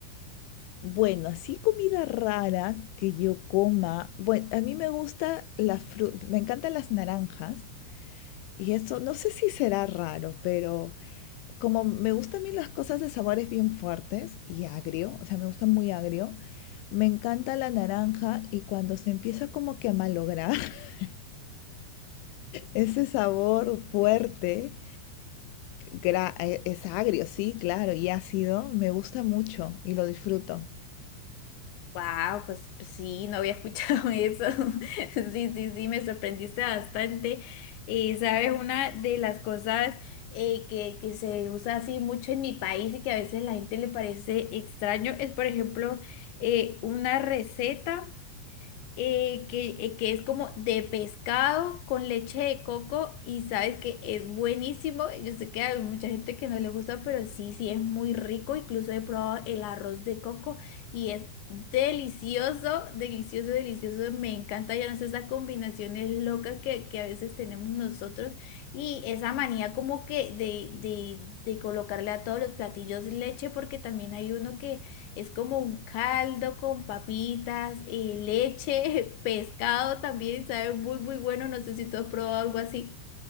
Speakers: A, on the left; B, on the left.
A: Bueno, así comida rara que yo coma. Bueno, a mí me gusta la fruta, me encantan las naranjas y esto no sé si será raro, pero como me gustan a mí las cosas de sabores bien fuertes y agrio, o sea, me gusta muy agrio, me encanta la naranja y cuando se empieza como que a malograr <laughs> ese sabor fuerte, gra- eh, es agrio, sí, claro, y ácido, me gusta mucho y lo disfruto.
B: Wow, pues, pues sí, no había escuchado <laughs> eso. Sí, sí, sí, me sorprendiste bastante. Eh, sabes, una de las cosas eh, que, que se usa así mucho en mi país y que a veces la gente le parece extraño es, por ejemplo, eh, una receta eh, que, eh, que es como de pescado con leche de coco y sabes que es buenísimo. Yo sé que hay mucha gente que no le gusta, pero sí, sí es muy rico. Incluso he probado el arroz de coco y es delicioso, delicioso, delicioso. Me encanta, yo no sé, esas combinaciones locas que, que a veces tenemos nosotros y esa manía como que de, de, de colocarle a todos los platillos leche porque también hay uno que es como un caldo con papitas, eh, leche, <laughs> pescado también, sabe muy, muy bueno. No sé si tú has probado algo así.